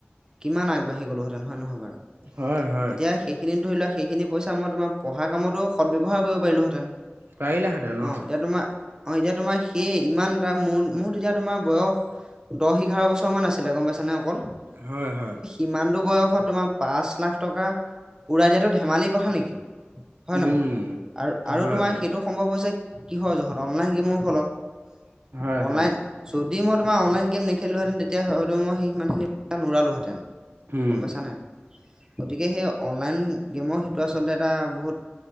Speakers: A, on the right; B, on the right.
A: কিমান আগবাঢ়ি গ'লো হেঁতেন, হয় নহয় বাৰু?
B: হয় হয়
A: এতিয়া সেই এইখিনি ধৰি লোৱা সেইখিনি পইচা মই তোমাৰ পঢ়াৰ কামতো সদব্যৱহাৰ কৰিব পাৰিলো হেতেন।
B: পাৰিলাহেঁতেন
A: অঁ
B: অ
A: এতিয়া তোমাৰ অ এতিয়া তোমাৰ সেই ইমান তাৰ মোৰ মোৰ তেতিয়া তোমাৰ বয়স দহ এঘাৰ বছৰ মান আছিলে গম পাইছে <unintelligible> অকল
B: হয় হয়।
A: ইমানটো বয়সত তোমাৰ পাঁচ লাখ টকা উৰাই দিয়াটো ধেমালিৰ কথা নেকি। হয়
B: উম
A: নহয়? আৰু আৰু
B: হয়
A: তোমাৰ
B: হয়
A: সেইটো সম্ভৱ হৈছে কিহৰ জহত? অনলাইন গেমৰ ফলত
B: হয়
A: অনলাইন
B: হয়
A: যদি মই তোমাৰ অনলাইন গেম নেখেলিলো হেঁতেন, তেতিয়া হয়তো মই সেই সিমানখিনি পইছা নোৰালো হেঁতেন।
B: উম
A: গম পাইছা নাই? গতিকে সেই অনলাইন গেমৰ সেইটো আচলতে এটা বহুত